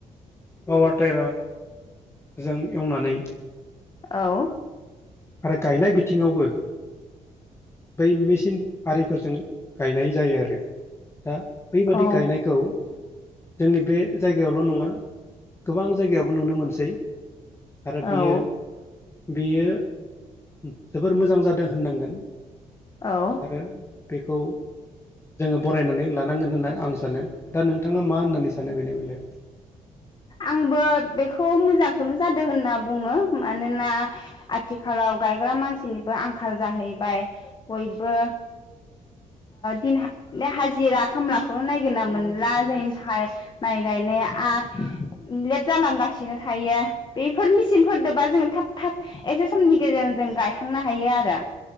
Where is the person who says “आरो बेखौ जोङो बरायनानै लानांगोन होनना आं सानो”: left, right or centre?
Left